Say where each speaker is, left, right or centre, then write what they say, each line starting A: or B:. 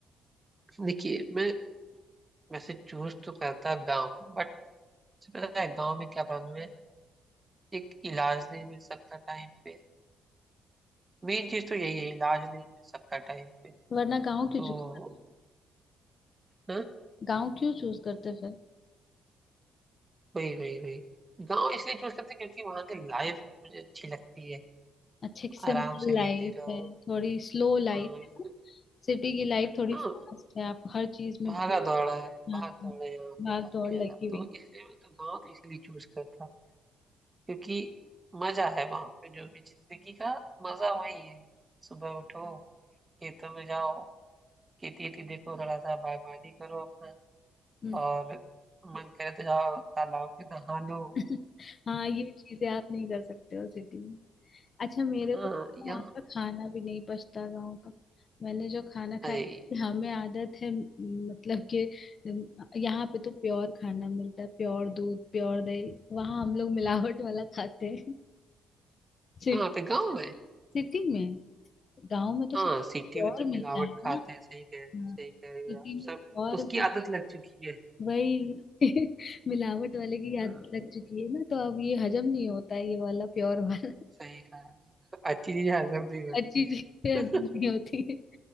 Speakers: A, on the right; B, on the left.
A: पे देखिए मैं वैसे चूज तो करता गाँव बट पता है गाँव में क्या प्रॉब्लम है एक इलाज नहीं मिल सकता टाइम पे मेन चीज तो यही है इलाज नहीं मिल सकता टाइम पे
B: वरना गांव
A: तो
B: क्यों चूज करते
A: हाँ?
B: गांव क्यों चूज करते फिर
A: वही वही वही गाँव इसलिए चूज करते हैं क्योंकि वहाँ की लाइफ मुझे अच्छी लगती है
B: अच्छे की सिंपल
A: आराम से लेटे
B: लाइफ
A: रहो
B: है थोड़ी स्लो लाइफ
A: हाँ बिल्कुल
B: है सिटी की लाइफ थोड़ी
A: हाँ
B: फास्ट है आप हर चीज में
A: भागा
B: भाग
A: दौड़ा है भाग
B: हाँ,
A: दौड़ा
B: हाँ,
A: है यहाँ
B: भाग
A: पे काफी
B: दौड़
A: ज्यादा
B: लगी हुई
A: तो इसलिए मैं तो गाँव तो इसलिए चूज करता क्योंकि मजा है वहाँ पे जो भी जिंदगी का मजा वही है सुबह उठो खेतों में जाओ खेती वेती देखो थोड़ा सा बागवानी करो अपना
B: हम्म।
A: और मन करे तो जाओ तालाब में नहा लो
B: <laughs> हाँ ये चीजें आप नहीं कर सकते हो सिटी में अच्छा मेरे
A: हाँ
B: को तो
A: यहाँ
B: वहाँ का खाना भी नहीं पछता गाँव का मैंने जो खाना
A: अरे
B: खाया हमें आदत है म, मतलब कि अम, यहाँ पे तो प्योर खाना मिलता है प्योर दूध प्योर दही वहाँ हम लोग मिलावट वाला खाते हैं सिट-
A: कहाँ पे गाँव में
B: सिटी में गांव में तो
A: हाँ
B: सब
A: सिटी
B: प्योर
A: में तो
B: मिलता
A: मिलावट
B: है
A: खाते
B: ना
A: हैं सही कह सही
B: हाँ,
A: कह रही
B: सिटी
A: हो आप
B: में
A: सब
B: प्योर
A: उसकी
B: मिल-
A: आदत लग चुकी है
B: वही <laughs> मिलावट वाले की
A: हाँ,
B: आदत लग चुकी है ना तो अब ये हजम नहीं होता है ये वाला प्योर वाला
A: सही कहा अच्छी चीजें हजम नहीं करती
B: अच्छी चीजें
A: है।
B: हजम नहीं होती है